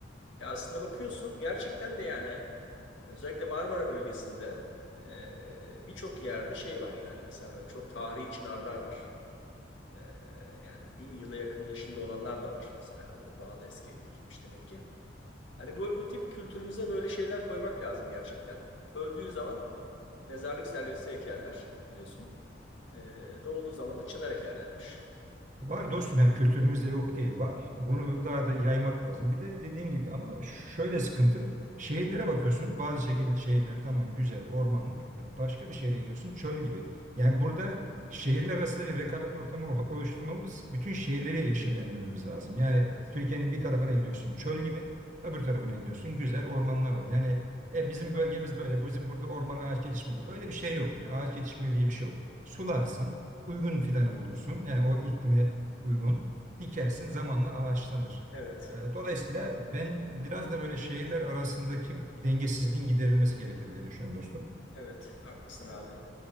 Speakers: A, on the left; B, on the right.
A: Ya aslında bakıyorsun gerçekten de yani özellikle Marmara bölgesinde e, birçok yerde şey var yani mesela böyle çok tarihi çınarlar var. E, yani bin yıla yakın yaşında olanlar da var mesela. O daha da eski dikilmiş demek ki. Hani bu, bu tip kültürümüze böyle şeyler koymak lazım gerçekten. Öldüğü zaman Mezarlık servisi ekerler biliyorsun. Ee, doğduğu zaman da çınar ekerlermiş.
B: Var dostum yani kültürümüzde yok değil var. E, Bunu
A: Evet,
B: daha da yaymak lazım. Bir de dediğin gibi ama şöyle sıkıntı. Şehirlere bakıyorsun. Bazı şekil, şehirler tamam güzel ormanlık. E, Başka bir şehre gidiyorsun çöl gibi. Yani burada şehirler arasında bir rekabet ortamı o- oluşturmamız, bütün şehirleri yeşillendirmemiz lazım. Yani
A: evet,
B: Türkiye'nin bir tarafına gidiyorsun çöl gibi, öbür tarafına gidiyorsun güzel ormanlar var. Yani e,
A: evet,
B: bizim bölgemiz böyle. Bizim burada orman ağaç yetişmiyor. Öyle bir şey yok. Yani. Ağaç yetişmiyor diye bir şey yok. Sularsın uygun fidanı bulursun. Yani o iklime uygun. Dikersin zamanla ağaçlanır.
A: evet,
B: E, Dolayısıyla ben biraz da böyle şehirler arasındaki dengesizliğin giderilmesi gerekir diye düşünüyorum dostum.
A: evet. Haklısın abi.